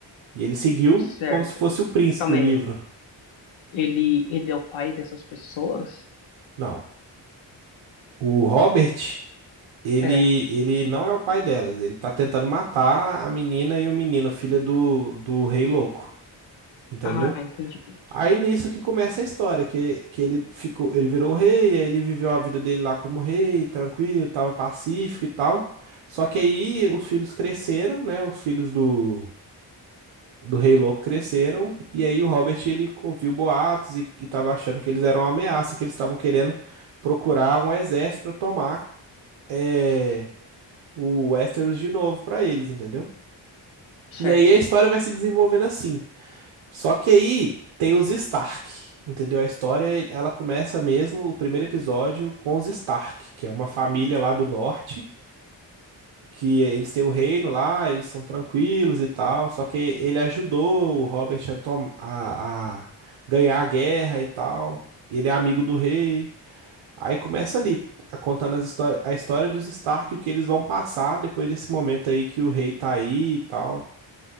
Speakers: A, on the right; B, on the left.
A: E ele seguiu
B: Certo.
A: como se fosse o príncipe
B: Calma
A: o livro.
B: aí. Ele, ele é o pai dessas pessoas?
A: Não. O Robert, ele,
B: É.
A: ele não é o pai delas. Ele tá tentando matar a menina e o menino, filha do, do rei louco. Entendeu?
B: Ah, entendi.
A: Aí nisso que começa a história, que, que ele ficou, ele virou rei, aí ele viveu a vida dele lá como rei, tranquilo, tava pacífico e tal. Só que aí os filhos cresceram, né? Os filhos do do Rei Louco cresceram, e aí o Robert ele ouviu boatos e, e tava achando que eles eram uma ameaça, que eles estavam querendo procurar um exército para tomar é, o Westeros de novo para eles, entendeu?
B: Certo,
A: E aí a história vai se desenvolvendo assim. Só que aí tem os Stark, entendeu? A história ela começa mesmo, o primeiro episódio, com os Stark, que é uma família lá do norte que eles têm o reino lá, eles são tranquilos e tal. Só que ele ajudou o Robert a, tom- a- a ganhar a guerra e tal. Ele é amigo do rei. Aí começa ali, a- contando as histó- a história dos Stark, o que eles vão passar depois desse momento aí que o rei tá aí e tal.